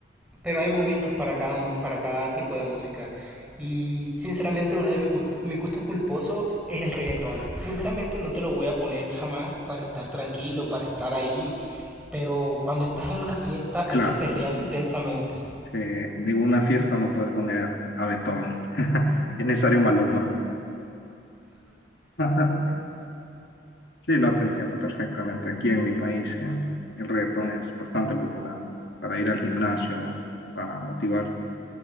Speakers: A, in the centre; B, on the left.
A: pero hay momentos para cada, mo- para cada tipo de música. Y sinceramente uno de mis, gu- mis gustos culposos es el reggaetón. Sinceramente no te lo voy a poner jamás para estar tranquilo, para estar ahí, pero cuando estás en una fiesta
B: claro.
A: hay que perrear intensamente.
B: Sí, ninguna fiesta no puedes poner a Beethoven. <laughs> Es necesario Maluma. <laughs> Sí, no te entiendo perfectamente. Aquí en mi país, eh, el reggaetón es bastante popular para ir al gimnasio, para motivarte.